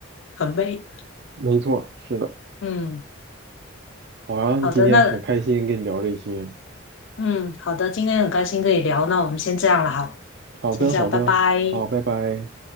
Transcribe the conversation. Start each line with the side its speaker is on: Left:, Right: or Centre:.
Left: 很美。
Right: 没错，是的。
Left: 嗯，
Right: 好啊，
Left: 好的，
Right: 今天很开心跟你聊这些。
Left: 那嗯好的，今天很开心可以聊，那我们先这样了，哈，
Right: 好的，
Left: 先这样，
Right: 好的，
Left: 拜拜。
Right: 好，拜拜。